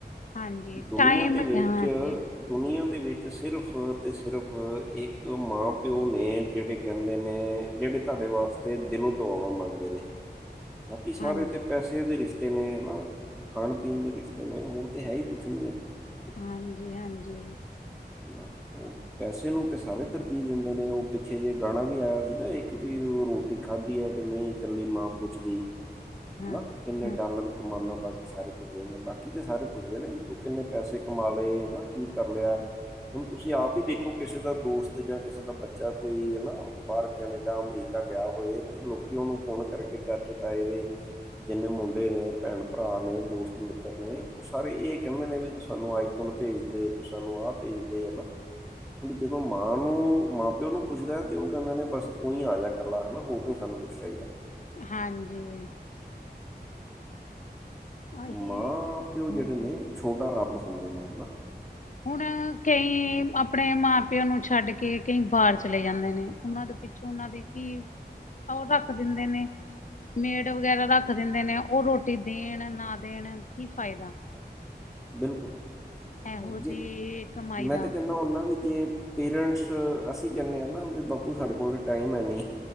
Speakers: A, on the left (about 45°); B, in the centre.
A: ਹਾਂਜੀ
B: ਦੁਨੀਆਂ
A: ਟਾਈਮ
B: ਦੇ ਵਿੱਚ
A: ਹਾਂਜੀ
B: ਦੁਨੀਆਂ ਦੇ ਵਿੱਚ ਸਿਰਫ ਤੇ ਸਿਰਫ ਇੱਕ ਮਾਂ-ਪਿਓ ਨੇ, ਜਿਹੜੇ ਕਹਿੰਦੇ ਨੇ ਜਿਹੜੇ ਤੁਹਾਡੇ ਵਾਸਤੇ ਦਿਲੋਂ ਦੁਆਵਾਂ ਮੰਗਦੇ ਨੇ ਬਾਕੀ ਸਾਰੇ
A: ਹਾਂਜੀ
B: ਤੇ ਪੈਸੇ ਪੈਸੇ ਦੇ ਰਿਸ਼ਤੇ ਨੇ ਹਨਾ, ਖਾਣ-ਪੀਣ ਦੇ ਰਿਸ਼ਤੇ ਨੇ ਹੋਰ ਤਾਂ ਹੈ ਹੀ ਕੁਛ ਨੀ ਏ।
A: ਹਾਂਜੀ-ਹਾਂਜੀ।
B: ਨਾ ਉਹ ਪੈਸੇ ਨੂੰ ਤੇ ਸਾਰੇ ਤਰਜੀਹ ਦਿੰਦੇ ਨੇ ਉਹ ਪਿੱਛੇ ਜੇ ਗਾਣਾ ਵੀ ਆਇਆ ਸੀ ਨਾ ਇੱਕ ਵੀ ਉਹ ਰੋਟੀ ਖਾਧੀ ਐ ਕਿ ਨਹੀਂ ਕੱਲੀ ਮਾਂ ਪੁੱਛਦੀ,
A: ਹਾਂ
B: ਹਨਾ ਕਿੰਨੇ
A: ਹਾਂ
B: ਡਾਲਰ ਕਮਾਨਾ ਬਾਕੀ ਸਾਰੇ ਪੁੱਛਦੇ ਨੇ। ਬਾਕੀ ਸਾਰੇ ਪੁੱਛਦੇ ਨੇ ਵੀ ਤੂੰ ਕਿੰਨੇ ਪੈਸੇ ਕਮਾ ਲਏ ਹਨਾ ਕੀ ਕਰ ਲਿਆ। ਹੁਣ ਤੁਸੀਂ ਆਪ ਹੀ ਦੇਖੋ ਕਿਸੇ ਦਾ ਦੋਸਤ ਜਾਂ ਕਿਸੇ ਦਾ ਬੱਚਾ ਕੋਈ ਹਨਾ ਬਾਹਰ ਕੈਨੇਡਾ ਅਮਰੀਕਾ ਗਿਆ ਹੋਏ ਤੇ ਲੋਕੀ ਉਹਨੂੰ ਫੋਨ ਕਰਕੇ ਚਾਚੇ, ਤਾਏ ਦੇ ਜਿੰਨੇ ਮੁੰਡੇ ਹੈਗੇ ਨੇ ਭੈਣ-ਭਰਾ ਨੇ ਦੋਸਤ ਮਿੱਤਰ ਨੇ ਉਹ ਸਾਰੇ ਇਹ ਕਹਿੰਦੇ ਨੇ ਵੀ ਤੂੰ ਸਾਨੂੰ ਆਈਫੋਨ ਭੇਜ ਦੇ ਤੁੂੰ ਸਾਨੂੰ ਆਹ ਭੇਜਦੇ ਹੈ ਨਾ। ਵੀ ਜਦੋਂ ਮਾਂ ਨੂੰ ਮਾਂ-ਪਿਓ ਨੂੰ ਪੁੱਛਦਾ ਤੇ ਉਹ ਕਹਿੰਦੇ ਨੇ ਬਸ ਤੂੰ ਹੀ ਆ ਜਾ। ਇਕੱਲਾ ਹਨਾ ਹੋਰ ਨੀ ਸਾਨੂੰ ਕੁਛ ਚਾਹੀਦਾ।
A: ਹਾਂਜੀ। ਉਹੀ
B: ਮਾਂ-ਪਿਓ ਜਿਹੜੇ
A: ਹਮ
B: ਨੇ ਉਹ ਛੋਟਾ ਰੱਬ ਹੁੰਦੇ ਨੇ ਹਨਾ।
A: ਹੁਣ ਕਈ ਆਪਣੇ ਮਾਂ-ਪਿਓ ਨੂੰ ਛੱਡ ਕੇ ਕਈ ਬਾਹਰ ਚਲੇ ਜਾਂਦੇ ਨੇ, ਉਹਨਾਂ ਦੇ ਪਿੱਛੋਂ ਉਹਨਾਂ ਦੀ ਕੀ, ਉਹ ਰੱਖ ਦਿੰਦੇ ਨੇ ਮੇਡ ਵਗੈਰਾ ਰੱਖ ਦਿੰਦੇ ਨੇ ਉਹ ਰੋਟੀ ਦੇਣ ਨਾ ਦੇਣ ਕੀ ਫਾਇਦਾ।
B: ਬਿਲਕੁਲ,
A: ਇਹੋ
B: ਹਾਂ
A: ਜਿਹੀ
B: ਜੇ,
A: ਕਮਾਈ
B: ਮੈਂ
A: ਦਾ
B: ਤਾਂ ਕਹਿੰਨਾ ਹੁੰਨਾ ਵੀ ਜੇ ਪੇਰੈਂਟਸ ਅਸੀਂ ਕਹਿੰਦੇ ਆ ਨਾ ਵੀ ਬਾਪੂ ਸਾਡੇ ਕੋਲ ਤਾਂ ਟਾਈਮ ਹੈ ਨੀ,